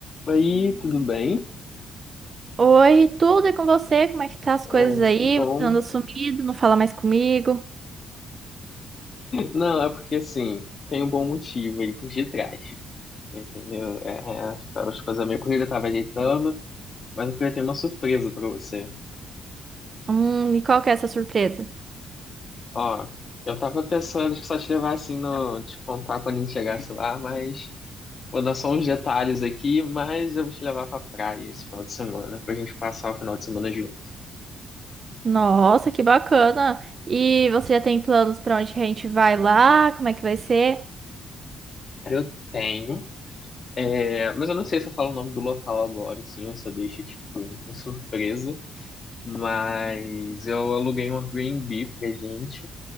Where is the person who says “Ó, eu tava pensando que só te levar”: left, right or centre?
Left